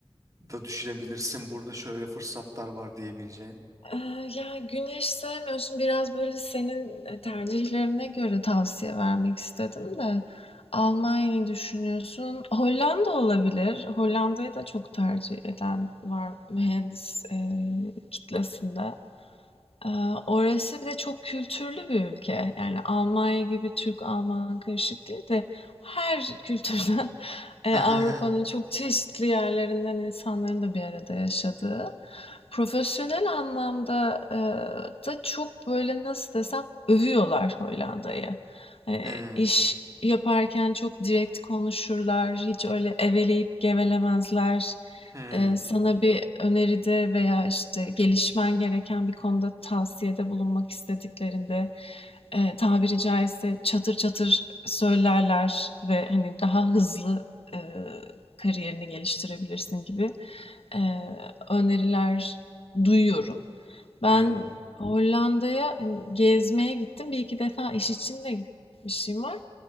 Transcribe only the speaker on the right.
da düşünebilirsin burada şöyle fırsatlar var diyebileceğin?
<laughs>
Hmm,
hmm,
hmm,